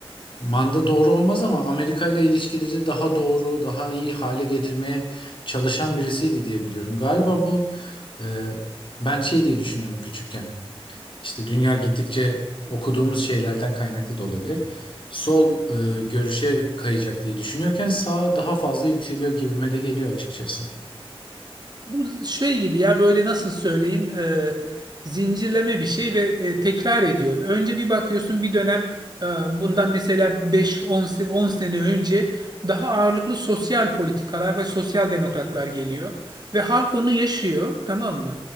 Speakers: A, on the left (about 55°); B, on the right (about 45°).
A: manda doğru olmaz ama Amerika ile ilişkileri daha doğru, daha iyi hale getirmeye çalışan birisiydi diye biliyorum. Galiba bu e, ben şey diye düşünüyordum küçükken. İşte dünya gittikçe okuduğumuz şeylerden kaynaklı da olabilir. Sol e, görüşe kayacak diye düşünüyorken sağ daha fazla yükseliyor gibime de geliyor açıkçası.
B: Bu şey gibi ya böyle nasıl söyleyeyim e, zincirleme bir şey ve e, tekrar ediyor. Önce bir bakıyorsun bir dönem e, bundan mesela beş on se- 10 sene önce daha ağırlıklı sosyal politikalar ve sosyal demokratlar geliyor. Ve halk onu yaşıyor tamam mı?